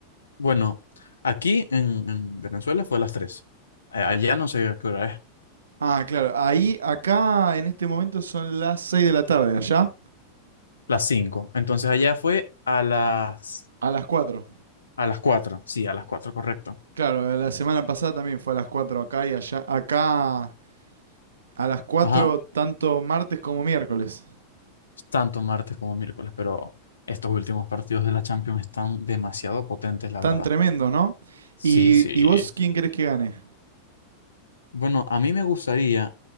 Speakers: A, on the left; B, on the right.
A: Bueno, aquí en, en Venezuela fue a las 3. Eh, Allá no sé a qué hora es.
B: Ah, claro, ahí, acá en este momento son las 6 de la tarde, allá
A: Las 5. Entonces allá fue a las,
B: a las cuatro.
A: a las 4. Sí, a las 4, correcto.
B: Claro, la semana pasada también fue a las 4 acá y allá, acá a las cuatro
A: Ajá.
B: tanto martes como miércoles.
A: tanto martes como miércoles, pero estos últimos partidos de la Champions están demasiado potentes, la
B: Tan
A: verdad.
B: tremendos, ¿no?
A: Sí,
B: ¿Y,
A: sí.
B: y vos quién querés que gane?
A: Bueno, a mí me gustaría